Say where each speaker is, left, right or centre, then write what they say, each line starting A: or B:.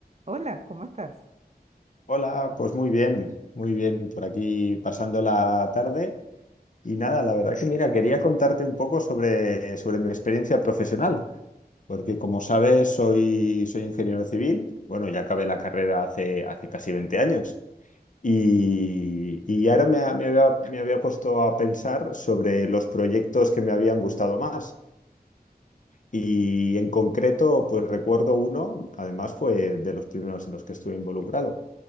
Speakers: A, on the right (about 45°); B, on the left (about 50°).
A: Hola, ¿cómo estás?
B: Hola, pues muy bien, muy bien, por aquí pasando la tarde. Y nada, la verdad que mira, quería contarte un poco sobre, sobre mi experiencia profesional, porque como sabes, soy, soy ingeniero civil, bueno, ya acabé la carrera hace, hace casi 20 años. Y, y ahora me, ha- me había, me había puesto a pensar sobre los proyectos que me habían gustado más. Y en concreto, pues recuerdo uno, además fue de los primeros en los que estuve involucrado